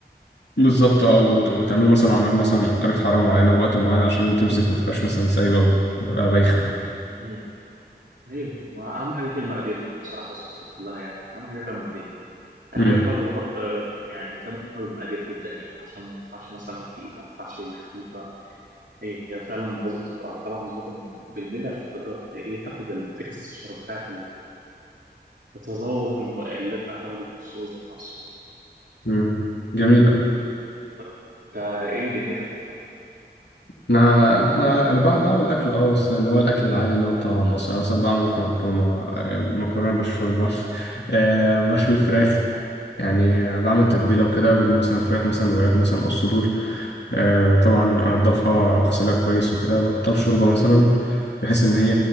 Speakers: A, on the left; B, on the right.
A: بالظبط اه وت- وتعمله مثلا على نار مثلا درجة حرارة معينة ووقت معين عشان تمسك ما تبقاش مثلا سايبة و- وتبقى بايخة يعني
B: مهم. ايوه واهم حاجه في المقادير بصراحه الصوصات كلها يعني اهم حاجه فيها المقادير اي
A: امم
B: حاجه فيها بهارات آه، يعني اهتم بالمقادير جدا يعني عشان ما تطلعش مثلا تقيله ما تطلعش خفيفه هي فعلا لازم تبقى طالعه مظبوطه من بالملي عشان تقدر ت- ايه تاخد التكستشر بتاعت التذوق الب- اللي انت هتاخده من السوق ذات نفسه
A: امم جميل أوي
B: طب، انت ايه دنيتك في الطبخ؟
A: أنا أنا أنا بع- بعمل أكل أه بس اللي هو الأكل العادي اللي هو بتاع مصر يعني مثلا بعمل لحمة مفرومة آه، مكرونة بالشوربة <laughs> آه، بشوي فراخ يعني بعمل تتبيلة وكده بجيب مثلا الفراخ مثلا الوراك مثلا أو الصدور آه، طبعا أنضفها وأغسلها كويس وكده بحطها في شوربة مثلا بحيث إن هي